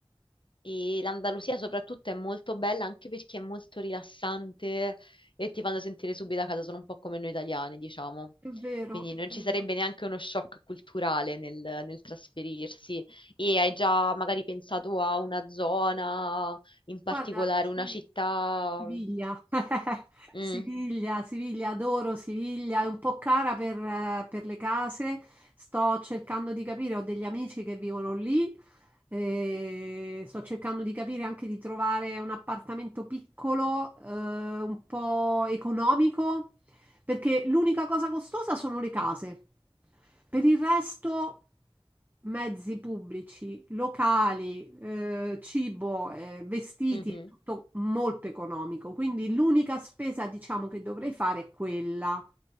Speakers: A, on the left; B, on the right.
A: E l'Andalusia soprattutto è molto bella anche perché è molto rilassante e ti fanno sentire subito a casa, sono un po' come noi italiani, diciamo.
B: È vero,
A: Quindi
B: è
A: non
B: vero.
A: ci sarebbe neanche uno shock culturale nel, nel trasferirsi. E hai già magari pensato a una zona, in particolare
B: Guarda,
A: una
B: sì,
A: città.
B: Siviglia. <laughs>
A: Mm,
B: Siviglia, Siviglia, adoro Siviglia. È un po' cara per, eh, per le case. Sto cercando di capire, ho degli amici che vivono lì. e sto cercando di capire anche di trovare un appartamento piccolo, eh, un po' economico, perché l'unica cosa costosa sono le case. Per il resto, mezzi pubblici, locali, eh, cibo, eh, vestiti,
A: mhm.
B: è tutto molto economico. Quindi l'unica spesa, diciamo, che dovrei fare è quella.